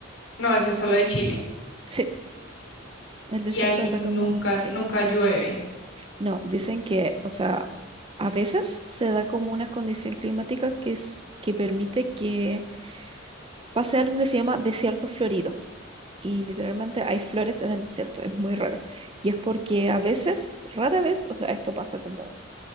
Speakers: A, on the left; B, on the right.
A: No, ese es solo de Chile.
B: Sí, el
A: Y
B: desierto
A: ahí
B: de Atacama
A: nunca,
B: es Chile.
A: nunca llueve.
B: No, dicen que, o sea, a veces se da como una condición climática que es, que permite que pase algo que se llama desierto florido y literalmente hay flores en el desierto, es muy raro. Y es porque a veces, rara vez, o sea, esto pasa como